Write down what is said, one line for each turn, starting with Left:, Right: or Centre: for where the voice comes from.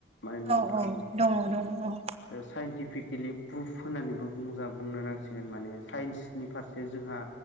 Left: माने नंथारगौ
Right: औ औ दङ दङ औ
Left: साइन्टिफिकेलि प्रुफ होननानैबो बुंजा बुंनो नांसिगोन माने साइन्सनि फारसे जोंहा